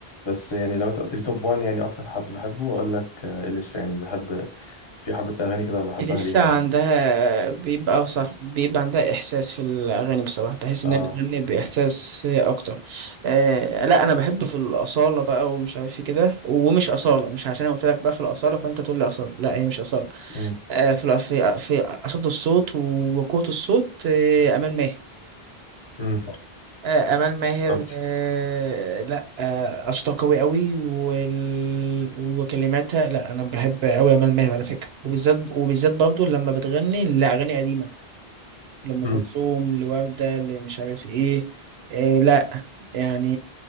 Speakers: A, on the left; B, on the right.
A: بس يعني لو انت قلت لي توب 1 يعني اكتر حد بحبه اقول لك آه اليسا يعني بحب في حبة اغاني كده بحبها
B: آه، لسه
A: ليها
B: عندها
A: يعني
B: بيبقى صح بيبقى عندها احساس في الاغاني بصراحه بحس ان
A: اه
B: هي بتغني باحساس اكتر آه، لا انا بحب في الاصاله بقى ومش عارف ايه كده ومش اصاله مش عشان انا قلت لك بقى في الاصاله فانت تقول لي اصاله لا هي مش اصاله
A: م-
B: آه، في الأ- في في اصاله الصوت وقوه الصوت آه، امال ماهر
A: م.
B: آه، امال ماهر
A: طب
B: آه، لا آه، اصواتها قوي قوي وال... وكلماتها لا انا بحب قوي امال ماهر على فكره وبالذات وبالذات برضه لما بتغني لاغاني قديمه لام
A: م-
B: كلثوم لورده لمش عارف ايه آه، لا يعني